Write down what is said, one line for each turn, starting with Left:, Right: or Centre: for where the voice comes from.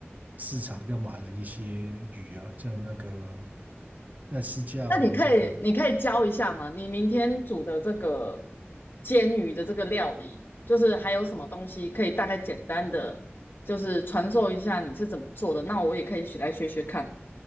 Right: 市场，就买了一些鱼啊，就那个那是叫那个
Left: 那你可以，你可以教一下吗？你明天煮的这个煎鱼的这个料理，就是还有什么东西可以大概简单的，就是传授一下你是怎么做的？那我也可以学来学学看。